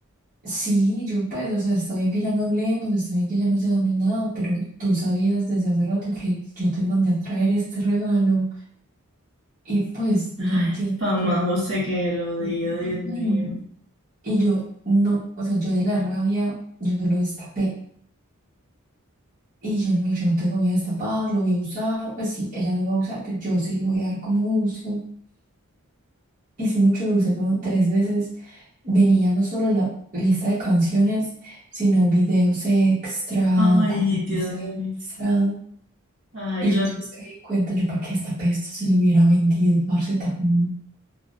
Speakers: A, on the right; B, on the right.
A: Sí, yo pues, o sea, está bien que ya no hablemos, está bien que ya no seamos nada, pero tú sabías desde hace rato que yo te mandé a traer este regalo y pues
B: Ay,
A: no entiendo
B: Pamá
A: por qué.
B: José, que lo dio,
A: <laughs>
B: Dios mío.
A: Ay, no. Y yo no, o sea, yo de la rabia, yo lo destapé y yo no, yo no te lo voy a destapar, lo voy a usar, pues sí, ella no lo va a usar, pero yo sí le voy a dar como uso. Y sí, mucho lo usé como tres veces. Venía no solo la lista de canciones, sino videos extra,
B: Ay,
A: cositas
B: Dios mío.
A: extra.
B: Ay,
A: Y yo
B: lo,
A: después caí en cuenta, yo para qué esta esto si le hubiera vendido, parce, también.